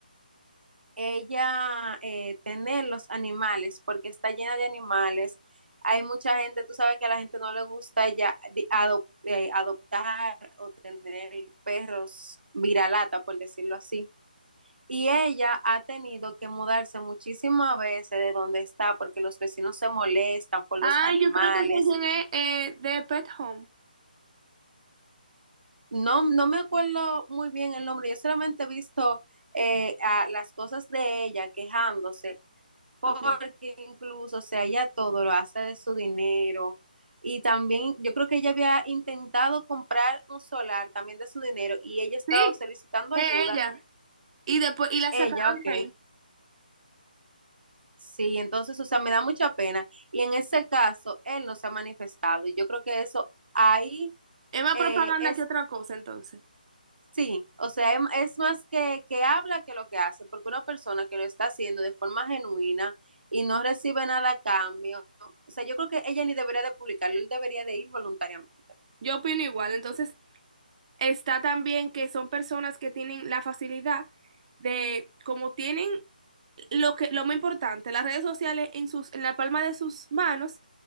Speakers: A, on the right; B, on the right.
A: ella eh, tener los animales, porque está llena de animales. Hay mucha gente, tú sabes que a la gente no le gusta ya di- adop- eh, adoptar o tener perros viralata, por decirlo así. Y ella ha tenido que mudarse muchísimas veces de donde está porque los vecinos se molestan por los
B: Ah,
A: animales.
B: yo creo que sé quién es eh, de Pet Home.
A: No, no me acuerdo muy bien el nombre, yo solamente he visto eh, a las cosas de ella quejándose porque
B: Okay.
A: incluso, o sea, ella todo lo hace de su dinero. Y también yo creo que ella había intentado comprar un solar también de su dinero y ella estaba
B: Sí,
A: solicitando
B: es
A: ayuda.
B: ella. Y después, y la
A: Ella,
B: sacaron
A: ok.
B: de ahí.
A: Sí, entonces, o sea, me da mucha pena. Y en ese caso, él no se ha manifestado. Y yo creo que eso ahí
B: Es más
A: eh,
B: propaganda
A: es
B: que otra cosa, entonces.
A: Sí, o sea, em- es más que, que habla que lo que hace, porque una persona que lo está haciendo de forma genuina y no recibe nada a cambio, o sea, yo creo que ella ni debería de publicarlo, él debería de ir voluntariamente.
B: Yo opino igual. Entonces, está también que son personas que tienen la facilidad de, como tienen lo que, lo más importante, las redes sociales en sus, en la palma de sus manos,